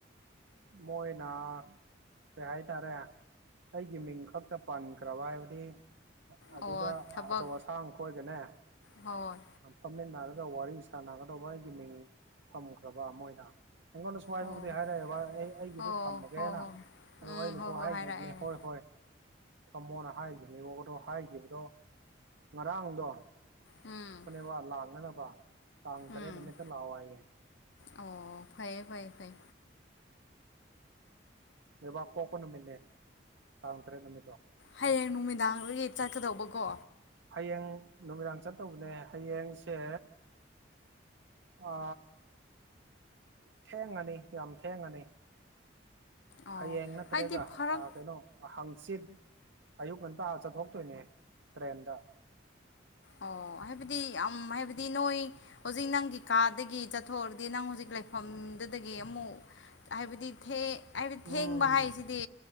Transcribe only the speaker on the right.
ꯃꯣꯣꯏꯅꯥ ꯀꯩ ꯍꯥꯏꯇꯥꯔꯦ ꯑꯩꯒꯤ ꯃꯤꯡ ꯈꯛꯇ ꯄꯟꯈ꯭ꯔꯕ ꯍꯥꯏꯕꯗꯤ ꯑꯗꯨꯗ
ꯑꯆꯧ ꯑꯁꯥꯡ ꯈꯣꯏꯒꯅꯦ
ꯐꯝꯃꯤꯟꯅꯔꯒ ꯋꯥꯔꯤ ꯁꯥꯟꯅꯒꯗꯧꯕ ꯑꯩꯒꯤ ꯃꯤꯡ ꯊꯝꯈ꯭ꯔꯕ ꯃꯣꯏꯅ ꯑꯩꯉꯣꯟꯗꯁꯨ ꯍꯥꯏꯕꯕꯨꯗꯤ
ꯍꯥꯏꯔꯛꯑꯦꯕ ꯑꯩ ꯑꯩꯒꯤꯗꯨ
ꯊꯝꯃꯒꯦꯅ
ꯑꯗꯣ
ꯑꯩꯅꯁꯨ
ꯍꯥꯏꯈꯤꯕꯅꯦ
ꯍꯣꯏ ꯍꯣꯏ ꯊꯝꯃꯣꯅ ꯍꯥꯏꯈꯤꯕꯅꯦꯕ ꯑꯗꯣ ꯍꯥꯏꯈꯤꯕꯗꯣ ꯉꯔꯥꯡꯗꯣ
ꯄ ꯂꯥꯛꯅꯅꯕ ꯇꯥꯡ ꯇꯔꯦꯠ
ꯅꯨꯃꯤꯠꯇ ꯂꯥꯛꯑꯣ ꯍꯥꯏꯌꯦꯦ
ꯂꯩꯣꯏꯕꯥꯛ ꯄ‌ꯣꯛꯄ ꯅꯨꯃꯤꯠꯅꯦ ꯇꯥꯡ ꯇꯔꯦꯠ ꯅꯨꯃꯤꯠꯇꯣ
ꯍꯌꯦꯡ ꯅꯨꯃꯤꯗꯥꯡ ꯆꯠꯇꯧꯕꯅꯦ ꯍꯌꯦꯡꯁꯦ ꯑ ꯊꯦꯡꯉꯅꯤ ꯌꯥꯝ ꯊꯦꯡꯉꯅꯤ
ꯍꯌꯦꯡ ꯅꯠꯇ꯭ꯔꯦꯒ
ꯑ ꯀꯩꯅꯣ ꯍꯪꯆꯤꯠ ꯑꯌꯨꯛ ꯉꯟꯇꯥ ꯑꯥ ꯆꯠꯊꯣꯛꯇꯣꯏꯅꯦ ꯇ꯭ꯔꯦꯟꯗ
ꯎꯝ